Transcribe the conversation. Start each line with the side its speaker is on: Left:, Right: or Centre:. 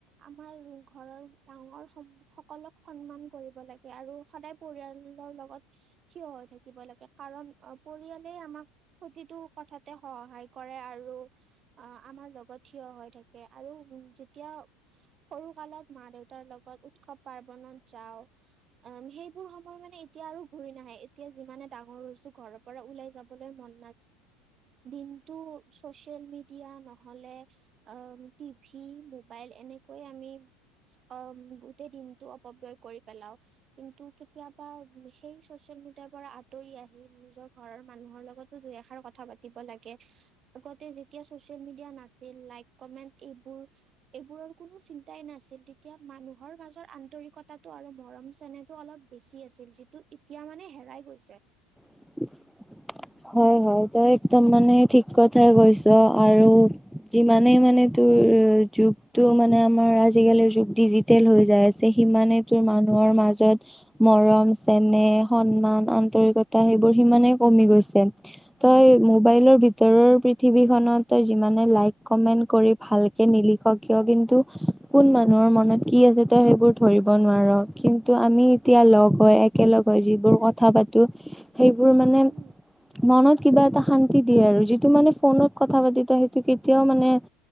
Right: আমাৰ ঘৰৰ ডাঙৰ সকলক সন্মান কৰিব লাগে আৰু সদায় পৰিয়াল হৰ লগত থিয় হৈ থাকিব লাগে। কাৰণ অ', পৰিয়ালে আমাক প্ৰতিটো কথাতে সহ সহায় কৰে আৰু, আ', আমাৰ লগত থিয় হৈ থাকে আৰু যেতিয়া সৰু কালত মা-দেউতাৰ লগত উৎসৱ পাৰ্বনত যাওঁ। অম্‌', সেইবোৰ সময় মানে এতিয়া আৰু ঘূৰি নাহে। এতিয়া যিমানে ডাঙৰ হৈছো, ঘৰৰ পৰা ওলাই যাবলৈ মন দিনটো চচিয়েল মিডিয়া নহলে আহ টিভি মোবাইল এনেকৈ আমি অম্‌', গোটেই দিনটো অপব্যয় কৰি পেলাওঁ। কিন্তু কেতিয়াবা সেই ছচিঅ মিটাৰ পৰা আঁতৰি আহি নিজৰ ঘৰৰ মানুহৰ লগতো দুই এষাৰ কথা পাতিব লাগে। <unintelligible> তে যেতিয়া ছোচিয়েল মিডিয়া নাছিল, লাইক কমেণ্ট এইবোৰ-এইবোৰৰ কোনো চিন্তাই নাছিল। তেতিয়া মানুহৰ মাজৰ আন্তৰিকতাটো আৰু মৰম চেনেহটো অলপ বেছি আছিল। ছিল যিটো ইতিয়া মানে হেৰাই গৈছে।
Centre: <inaudible> হয় হয় তই একদম মানে ঠিক কথাই কৈছ আৰু যিমানেই মানে ত উম', উ', যুগটো মানে আমাৰ আজিকালিৰ যুগ ডিজিটেল হৈ যাই আছে, সিমানে তোৰ মানুহৰ মাজত মৰম-চেনেহ, সন্মান, আন্তৰিকতা, সেইবোৰ সিমানেই কমি গৈছে। তই মোবাইলৰ
Right: উম
Centre: ভিতৰৰ পৃথিৱীখনত তই যিমানে লাইক কমেন্ট কৰি ভালকে নিলিখ কিয়, কিন্তু কোন মা নৰ মনত কি আছে তই সেইবোৰ ধৰিব নোৱাৰ। কিন্তু আমি এতিয়া লগ হৈ একেলগ হৈ যি যিবোৰ কথা পাতো সেইবোৰ মানে
Right: উম
Centre: মনত কিবা এটা শান্তি দিয়ে আৰু। যিটো মানে ফোনত কথা পাতোতে সেইটো কেতিয়াও মানে, আ'